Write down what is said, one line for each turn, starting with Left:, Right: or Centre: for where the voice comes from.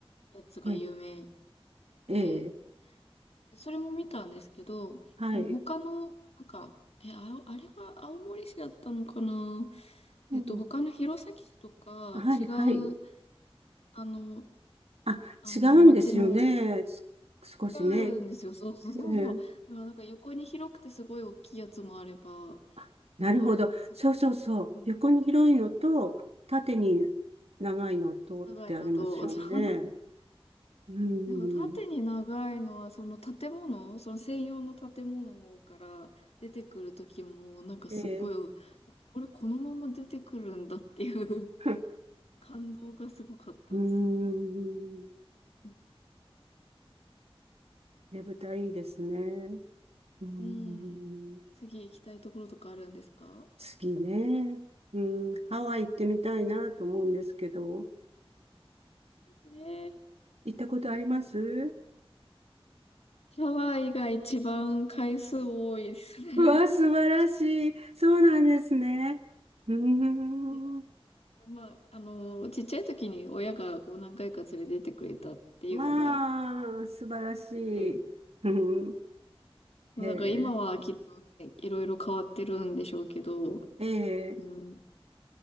Left: やつが有名
Right: え、
Left: で、
Right: ええ、
Left: それも見たんですけど、
Right: はい。
Left: でも他の、なんか、え、あお、あれが青森市だったのかな
Right: うん。
Left: えっと、他の弘前市とか違
Right: はいはい。
Left: う、あの、
Right: あ、
Left: あの、
Right: 違うんですよね。
Left: 町の、
Right: す少しね。
Left: 違うんですよ。
Right: ね
Left: そう <laughs> そうそうそう。
Right: え
Left: だからなんか横に広くてすごい大きいやつもあれば、
Right: あなるほど。
Left: なんか、す、
Right: そうそうそう。
Left: うん
Right: 横に広いのと、縦に長いのとってありますよね。
Left: 長いのと、そう
Right: うん。
Left: でも縦に長いのは、その建物、その専用の建物から出てくるときも、なんかすっごい、
Right: ええ
Left: これこのまま出てくるんだっていう
Right: <laughs>
Left: <laughs> 感動がすごかったですね。
Right: うーん。
Left: う
Right: ねぶたいいですね。
Left: んなんか、
Right: うーん。
Left: うん。次行きたいところとかあるんですか
Right: 次ね。うん。ハワイ行ってみたいなと思うんですけど。
Left: ですね。
Right: 行ったことあります
Left: ハワイが一番回数多いですね。
Right: うわ、素晴らしい。そうなんですね。うーん。
Left: <laughs> いや、まあ、あの、ちっちゃい時に親がこう何回か連れてってくれたっていうのが、
Right: まあ、素晴らしい。
Left: はい。
Right: <laughs> うん。へえ。
Left: そうだから今はきっとね、いろいろ変わってるんでしょうけど、
Right: ええ。
Left: うん。